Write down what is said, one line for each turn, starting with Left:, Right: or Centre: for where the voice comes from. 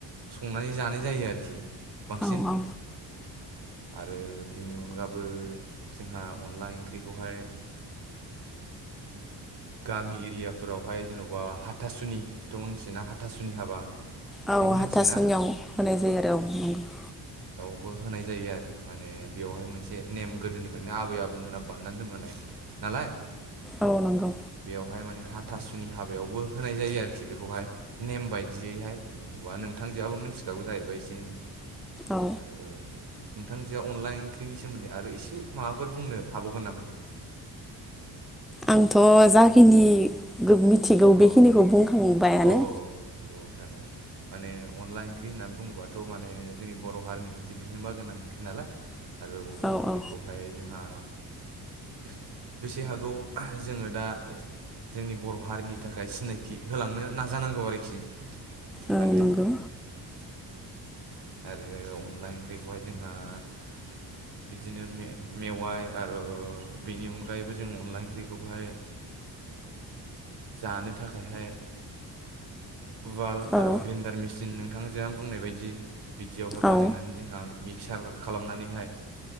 Right: संनानै जानाय जायो आरोखि बांसिन
Centre: औ औ
Right: आरो बिनि अनगाबो जोंहा अनला ओंख्रिखौहाय <unintelligible> <unintelligible> गामि एरियाफोरावहाय जेन'बा हाथासुनिथ' मिथियोना हाथासुनि हाबा <unintelligible>
Centre: औ
Right: बेखौ मिथियोना
Centre: हाथासुनियाव होनाय जायो आरो औ नंगौ <inaudible>
Right: बो होनाय जायो आरो माने बेवहाय मोनसे नेम गोदोनिफ्रायनो आबै आबौमोनहा बान्नानै दोनबोनाय <unintelligible> नालाय
Centre: औ नंगौ
Right: बेयावहाय माने हाथासु <unintelligible> जुनि हाबायावबो होनाय जायो आरोखि बेखौहाय नेम बायदियैहाय जेनबा नोंथांजोआबो मिथिखागौ जायो <unintelligible> जाहैबाय एसे एनै
Centre: औ
Right: आरो नोंथांजोआ अनलाइन ओंख्रिनि सोमोन्दै आरो एसे माबाफोर बुंनो हाबावगोन नामा <unintelligible>
Centre: आंथ' जाखिनि <inaudible> मिथिगौ
Right: औ
Centre: बेखिनिखौ बुंखांबायानो
Right: औ औ नोंथां औ माने अनलाइन ओंख्रि होननानै बुङोबाथ' माने जोंनि बर' हारिनि मोनसे बिहोमा गोनां ओंख्रि नालाय आरो
Centre: औ
Right: बेखौहाय
Centre: औ
Right: जोंहा <unintelligible> बेसे हागौ जोङो दा ओज जोंनि बर' हारिनि नि थाखाय सिनायथि होलांनो नाजानांगौ आरोखि नोंथांजो
Centre: औ नंगौ
Right: <unintelligible> आरो अनला ओंख्रिखौहाय जोंहा <unintelligible> बिदिनो मे-मेवाइ आरो बेनि अनगायैबो जों अनला ओंख्रिखौहाय जानो थाखायहाय उवाल आरो
Centre: औ
Right: ग्रेन्डार मेसिन नोंथांजों आंनो बुंनाय बायदि बिदियावहाय बानायनानै
Centre: औ
Right: जोंहा मिक्सार खालामनानैहाय